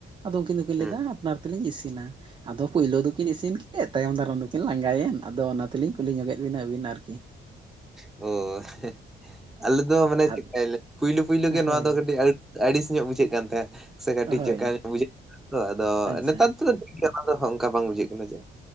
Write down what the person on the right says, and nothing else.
ᱟᱫᱚ ᱩᱱᱠᱤᱱ ᱫᱚ ᱠᱤᱱ
ᱞᱟᱹᱭᱮᱫᱟ ᱟᱯᱱᱟᱨ ᱛᱮ ᱞᱤᱧ ᱤᱥᱤᱱᱟ᱾ ᱟᱫᱚ ᱯᱳᱭᱞᱳ ᱫᱚ ᱠᱤᱱ ᱤᱥᱤᱱ ᱠᱮᱫ ᱛᱟᱭᱚᱢ ᱫᱟᱨᱟᱢ ᱫᱚ ᱠᱤᱱ ᱞᱟᱸᱜᱟ ᱭᱮᱱ, ᱟᱫᱚ ᱚᱱᱟ ᱛᱮ ᱞᱤᱧ ᱠᱩᱞᱤ ᱧᱚᱜᱮᱫ ᱵᱤᱱᱟ ᱟᱵᱤᱱ ᱟᱨ
ᱟᱫ
ᱦᱳᱭ
ᱦᱳᱭ
ᱟᱪᱪᱷᱟ